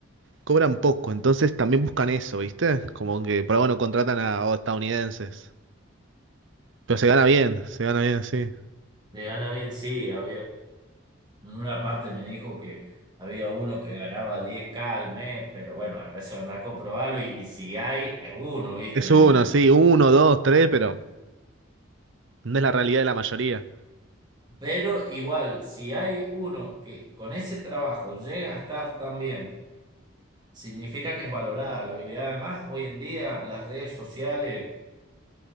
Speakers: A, on the right; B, on the right.
A: cobran poco, entonces también buscan eso, ¿viste? Como que por algo no contratan a a estadounidenses. Pero se gana bien, se gana bien, sí.
B: Le gana bien, sí. Había, en una parte me dijo que había uno que ganaba diez k al mes, pero bueno, eso anda a comprobarlo y si hay, es uno, ¿viste?
A: Es uno, sí, uno, dos, tres, pero... No es la realidad de la mayoría.
B: Pero igual, si hay uno que con ese trabajo llega a estar tan bien, significa que es valorada la habilidad. Además, hoy en día las redes sociales